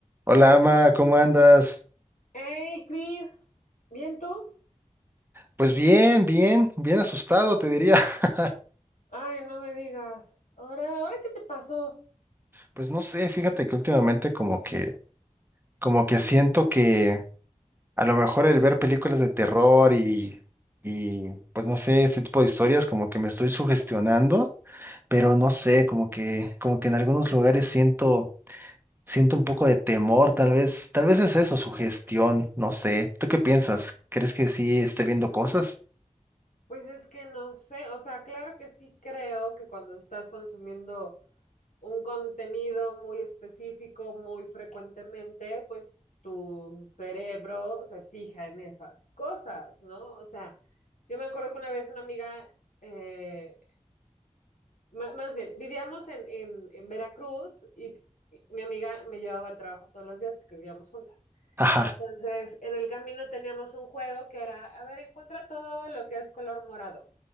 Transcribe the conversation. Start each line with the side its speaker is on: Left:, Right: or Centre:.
Right: Hola, Ama, ¿cómo andas?
Left: Hey, Cris, ¿bien tú?
Right: Pues bien, bien, bien asustado, te diría. <laughs>
Left: Ay, no me digas. Ahora, ¿ahora qué te pasó?
Right: Pues no sé, fíjate que últimamente como que, como que siento que a lo mejor el ver películas de terror y, y pues no sé, este tipo de historias como que me estoy sugestionando, pero no sé, como que, como que en algunos lugares siento, siento un poco de temor, tal vez, tal vez es eso, sugestión, no sé. ¿Tú qué piensas? ¿Crees que sí esté viendo cosas?
Left: Pues es que no sé, o sea, claro que sí creo que cuando estás consumiendo un contenido muy específico, muy frecuentemente, pues tu cerebro se fija en esas cosas, ¿no? O sea, yo me acuerdo que una vez una amiga eh, M- más bien, vivíamos en, en, en Veracruz y, y mi amiga me llevaba al trabajo todos los días porque vivíamos juntas.
Right: Ajá.
Left: Entonces, en el camino teníamos un juego que era, a ver, encuentra todo lo que es color morado.